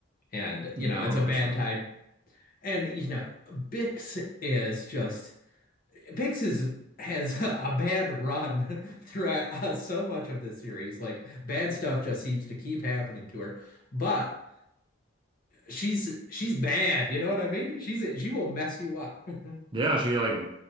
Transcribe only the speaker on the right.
Yeah,
100%.
Yeah, she like